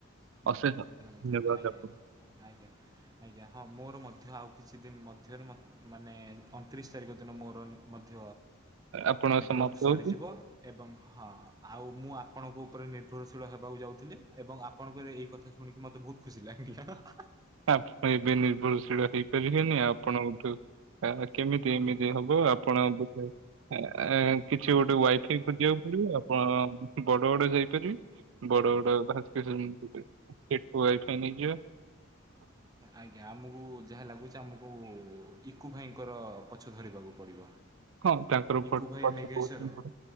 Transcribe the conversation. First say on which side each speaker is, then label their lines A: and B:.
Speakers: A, on the right (about 20°); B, on the right (about 70°).
A: ହୁଁ
B: ଅଶେଷ
A: <unintelligible> ଆଜ୍ଞା
B: ଧନ୍ୟବାଦ
A: ଆଜ୍ଞା
B: ଆପଣ।
A: ଆଜ୍ଞା ଆଜ୍ଞା ହଁ ମୋର ମଧ୍ୟ ଆଉ। କିଛି ଦିନ ମଧ୍ୟରେ ମ ମାନେ ଅନ୍ତିରିଶି ତାରିଖ ଦିନ ମୋର ମଧ୍ୟ
B: ଆପଣ
A: ନେଟ୍‌ୱର୍କ
B: ସମାପ୍ତ
A: ସରିଯିବ
B: ହଉଛି।
A: ଏବଂ ହଁ ଆଉ ମୁଁ ଆ ଆପଣଙ୍କୁ ଉପରେ ନି ନିର୍ଭରଶୀଳ ହେବାକୁ ଯାଉଥିଲି ଏବଂ ଆପଣଙ୍କର ଏଇ କଥା ଶୁଣିକି ମତେ ବହୁତ୍ ଖୁସି ଲାଗିଲା ହା ହା।
B: ଆପେ ଏବେ ନିର୍ଭରଶୀଳ ହେଇପାରିବେନି ଆପଣ ଗୋଟେ କେମିତି ଏମିତି ହବ ଆପଣ ବ ଆ ଆ କିଛି ଗୋଟେ ୱାଇଫାଇ ଖୋଜିବାକୁ ପଡ଼ିବ ଆପଣ ଅ ବଡ଼ ବଡ଼ ଯାଇ ବଡ଼ ବଡ଼ ଭାସ୍କେଶର ସେଠୁ ୱାଇଫାଇ ନେଇଯିବା। <inaudible>
A: ଆଜ୍ଞା ଆମକୁ ଯାହା ଲାଗୁଛି ଆମକୁ ଇକୁ ଭାଇଙ୍କର ପଛ ଧରିବାକୁ ପଡ଼ିବ।
B: ହଁ ତାଙ୍କର
A: ଇକୁ
B: ଭୋଟ
A: ଭାଇ
B: ପଛ
A: ମେଘେଶ୍ୱର
B: ବହୁତ ହିଁ ବଡ